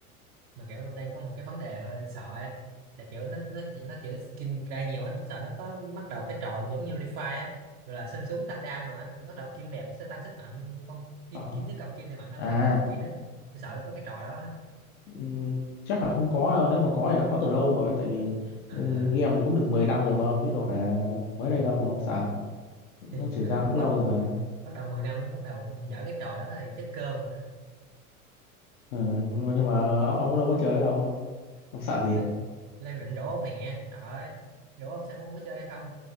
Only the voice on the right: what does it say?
mà kiểu tôi đang có một cái vấn đề hơi sợ ấy là kiểu nó nó chỉ nó kiểu skin ra nhiều ấy sợ nó có bắt đầu cái trò giống như Refi á gọi là sơn súng tăng đam nữa thì bắt đầu kim đẹp sẽ tăng sức mạnh như con kim
kim nếu cầm kim thì mạnh hơn
là không cầm kim ấy tôi sợ nó có cái trò đó á.
à,
à.
thì
bắt,
bắt,
bắt đầu 10 năm nó bắt đầu dở cái trò đó thì chết cơm
thì phải Lan định rủ ông nè trời ơi rủ ông xem ông có chơi hay không